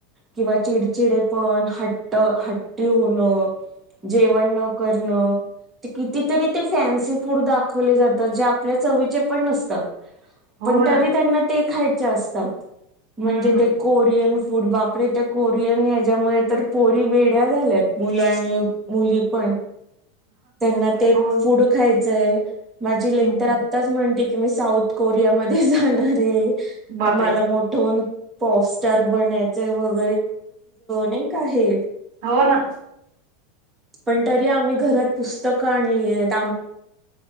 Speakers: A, on the right; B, on the right.
A: किंवा चिडचिडेपण, हट्ट हट्टी होणं, जेवण न करणं, ते कितीतरी ते फॅन्सी फूड दाखवले जातात, जे आपल्या चवीचे पण नसतात.
B: हो
A: पण,
B: ना.
A: तरी त्यांना ते खायचे असतात. म्हणजे
B: हम्म.
A: ते कोरियन फूड बाप रे, त्या कोरियन ह्याच्यामुळे तर पोरी वेड्या झाल्यात. मुलं आणि मुली पण, त्यांना ते
B: हो.
A: फूड खायचंय. माझी लेक
B: हं.
A: तर आत्ताच म्हणते की, मी साऊथ कोरियामध्ये जाणार आहे.
B: बापरे!
A: मला मोठं होऊन्- पोस्टर बनायचे एवढं नाही का ते हे
B: हो ना.
A: पण तरी आम्ही घरात पुस्तकं आणली आहेत